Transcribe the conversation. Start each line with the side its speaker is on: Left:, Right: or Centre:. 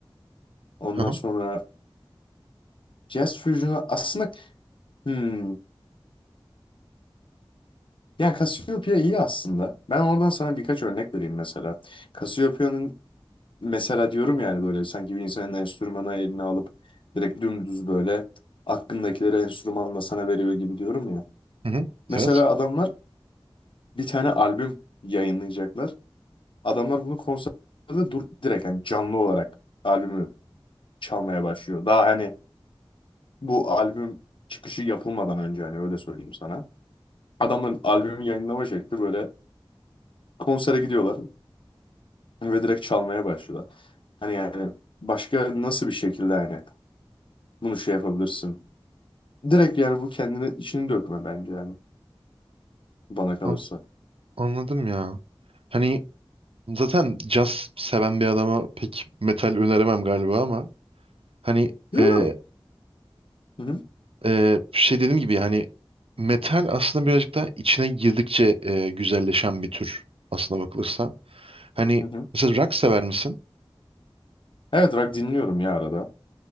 Left: Ondan
Right: <laughs>
Left: sonra Jazz Fusion'u aslında hmm, yani Cassiopeia iyi aslında. Ben oradan sana birkaç örnek vereyim mesela. Cassiopeia'nın mesela diyorum yani böyle sanki bir insanın enstrümanı eline alıp direkt dümdüz böyle aklındakileri enstrümanla sana veriyor gibi diyorum ya.
Right: Hı hı.
Left: Mesela
Right: Evet.
Left: adamlar bir tane albüm yayınlayacaklar. Adamlar bunu konserde dur direkt yani canlı olarak albümü çalmaya başlıyor. Daha hani bu albüm çıkışı yapılmadan önce hani öyle söyleyeyim sana. Adamların albümü yayınlama şekli böyle konsere gidiyorlar ve direkt çalmaya başlıyorlar. Hani yani başka nasıl bir şekilde hani bunu şey yapabilirsin? Direkt yani bu kendini içini dökme bence yani bana kalırsa.
Right: An- anladım ya. Hani zaten caz seven bir adama pek metal öneremem galiba ama hani
Left: Yo,
Right: e,
Left: yo. Hı hı,
Right: e, şey dediğim gibi hani metal aslında birazcık daha içine girdikçe e, güzelleşen bir tür aslına bakılırsa. Hani
Left: hı hı.
Right: mesela rock sever misin?
Left: Evet rock dinliyorum ya arada.